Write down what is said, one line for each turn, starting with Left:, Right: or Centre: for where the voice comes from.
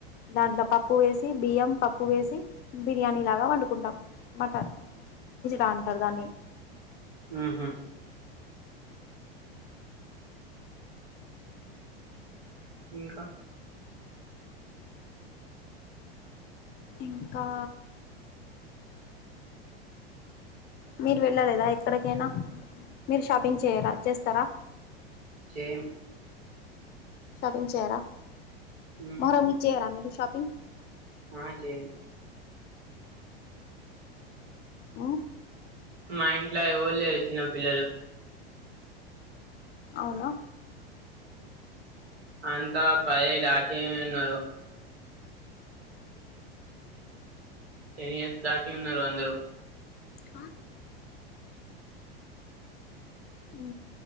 Left: దాంట్లో పప్పు వేసి బియ్యం పప్పు వేసి బిర్యానీ లాగా వండుకుంటాం మటన్ కిచడా అంటారు దాన్ని
Right: మ్ హు ఇంకా
Left: ఇంకా మీరు వెళ్ళలేదా ఎక్కడికైనా మీరు షాపింగ్ చేయారా చేస్తారా
Right: చేం
Left: షాపింగ్ చేయిరా
Right: ఉహు
Left: మొహారాంకి చేయిరా మీరు షాపింగ్
Right: ఆ చేయిం
Left: ఆ
Right: మా ఇంట్లోఎవర్ లేరు చిన్నపిల్లలు
Left: అవునా
Right: అంతా పది దాటి ఉన్నరు టెన్ ఇయర్స్ దాటి ఉన్నారు అందరూ
Left: ఆ ఉ